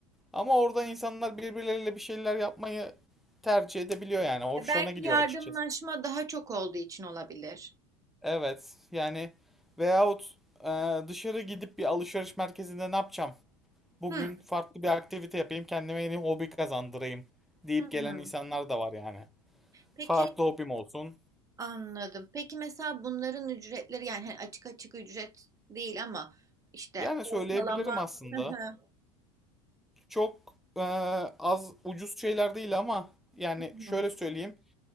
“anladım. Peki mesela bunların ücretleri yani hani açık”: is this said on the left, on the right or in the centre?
Right